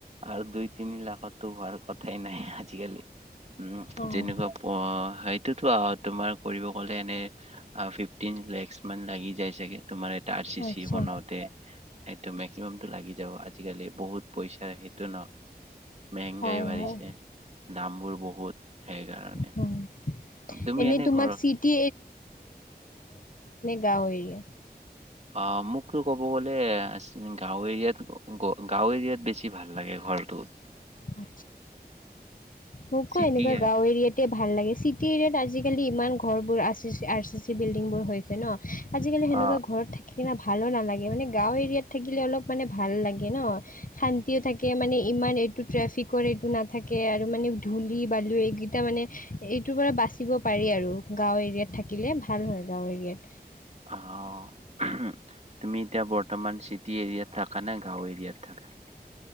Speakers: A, on the right; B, on the left.
A: আৰু দুই তিনি লাখতো হোৱাৰ কথা ঠাই নাই আজিকালি উম
B: হয়
A: যেনেকুৱা প হয় তুমাৰ কৰিব গলে এনে ফিফ লাগি যায় চাগে তোমাৰ এ আৰ চি
B: আচ্ছা
A: চি বনাওঁতে সটো মেক্সিম লাগি যাব আজিকালি বহুত পইচা সেইটো ন মেংগাই
B: হয়
A: বাঢ়িছে
B: হয়
A: দামবোৰ বহুত সেইকাৰণে
B: হয়
A: তুমি
B: এনেই
A: এনে
B: তোমাক
A: ঘৰ
B: চিটি গাঁৱেে
A: অ মোক ক'ব গ'লে গাঁও এৰিয়াত গাঁও এৰিয়াত বেছি ভাল লাগে ঘৰটোত
B: আা মোকো
A: চিটি
B: এনেকুৱা
A: অ',
B: গাও এৰিয়াতে ভাল লাগে চিটি এৰিয়াাত আজাল আজিকালি ইমান ঘৰ বোৰ R C C R C C building বোৰ হৈছে ন আজিকালি সেনেকুৱা
A: অ',
B: ঘৰত থাকে ভালো নালাগে মানে গাও এৰিয়াত থাকিলে অলপ মানে ভাল লাগে ন শান্তিও থাকে মানে ইমান টো ট্ৰেফিকৰ এইটো নাথাকে আৰু মানে ধূলি বালু এইকেইটা মানে, এইটোৰ পৰা বাচিব পাৰি আৰু গাঁও এৰিয়াত থাকিলে ভাল হয়, গাঁও এৰিয়াত।
A: অ', তুমি এতিয়া বৰ্ত বৰ্তমান চিটি এৰিয়াত থাকা নে? গাওঁ এ ইয়াত থাকা।